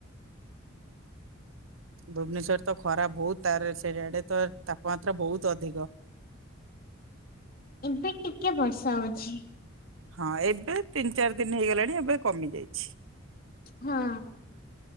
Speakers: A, on the right; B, on the left.
A: ଭୁବନେଶ୍ୱର ତ ଖରା ବହୁତ ତାର ସେଆଡେ ତ ତାପମାତ୍ରା ବହୁତ ଅଧିକ।
B: ଏବେ ଟିକେ ବର୍ଷା ହଉଛି।
A: ହଁ ଏବେ ତିନି ଚାରି ଦିନ ହେଇଗଲାଣି ଏବେ କମି ଯାଇଛି।
B: ହଁ।